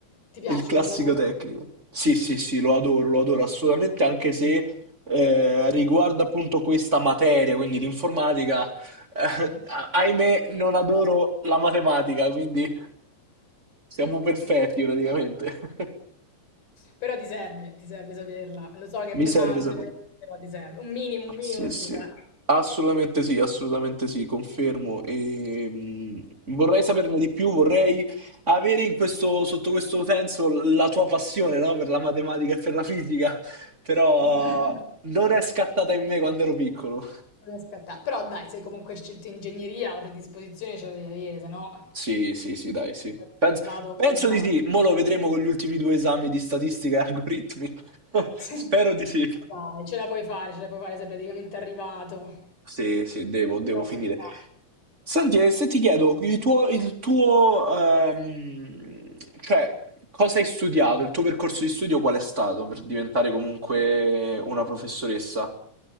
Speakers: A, on the left (about 80°); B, on the right (about 25°).
A: Ti piace
B: Il classico
A: come lavoro?
B: tecnico. Sì, sì, sì, lo adoro, lo adoro assolutamente,
A: Ah,
B: anche se eh, riguardo appunto questa materia, quindi l'informatica, eh,
A: ok.
B: ah- ahimè, non adoro la matematica, quindi siamo
A: Eh. <laughs>
B: perfetti praticamente. <laughs>
A: Però ti serve, ti serve saperla. Lo so che è
B: Mi
A: pesante,
B: serve saperlo.
A: però ti serve. Un minimo, un
B: Ah,
A: minimo
B: Sì,
A: sì,
B: sì,
A: dai.
B: assolutamente sì, assolutamente sì, confermo. E, mh, vorrei saperne di più, vorrei avere in questo, sotto questo senso la tua passione, no? Per la matematica e per la fisica, <laughs> però
A: <laughs>
B: non è scattata in me quando ero piccolo.
A: Non è scattato. Però dai, se comunque hai scelto ingegneria, la predisposizione ce la devi avere, se no
B: Sì, sì, sì, dai, sì.
A: non saresti
B: Penso,
A: andato
B: penso
A: lontano.
B: di sì, mo lo vedremo con gli ultimi due esami di statistica e algoritmi. <laughs>
A: <laughs>
B: Spero di sì.
A: Dai, ce la puoi fare, ce la puoi fare, sei praticamente arrivato.
B: Sì, sì, devo, devo
A: Però
B: finire.
A: so fare.
B: Senti, e se ti chiedo il tuo, il tuo, ehm, cioè, cosa hai studiato, il tuo percorso di studio qual è stato per diventare comunque una professoressa?